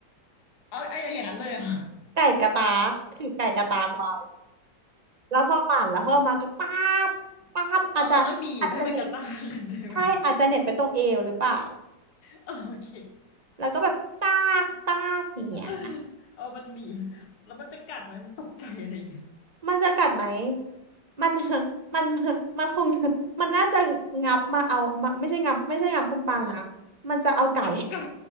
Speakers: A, on the left; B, on the right.
A: เอาไอ้อย่างนั้นเลยเหรอ
B: ไก่กระตากถือไก่กระตากไว้แล้วพอปั่นแล้วพอมาก็ป้าบป้าบอาจจะอาจจะเหน็บ
A: <laughs> เออแล้วก็บีบให้มันกระตากกัน <laughs> ใช่ไหม
B: ใช่อาจจะเหน็บไปตรงเอวหรือเปล่า
A: โอเค
B: แล้วก็แบบตากตากอย่างเงี้ย
A: <laughs> เอามันหนีแล้วมันจะกัดไหมมันตกใจอะไรอย่างเงี้ย
B: มันจะกัดไหมมัน <laughs> มัน <laughs> มันคง <laughs> มันน่าจะงับมาเอามาไม่ใช่งับไม่ใช่งับคุณปางนะ
A: <laughs>
B: มันจะเอาไก่
A: งับไก่